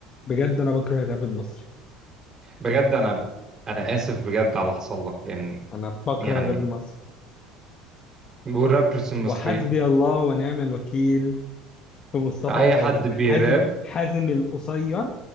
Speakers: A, on the left (about 35°); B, on the right (about 25°).
A: بجد انا بكره الراب المصري
B: بجد انا انا اسف بجد على اللي حصل لك لان
A: انا بكره
B: يعني
A: الراب المصري
B: والرابرز المصري
A: وحسبي الله ونعم الوكيل في مصطفى
B: فاي
A: وحازم
B: حد بيراب
A: حازم حازم القصير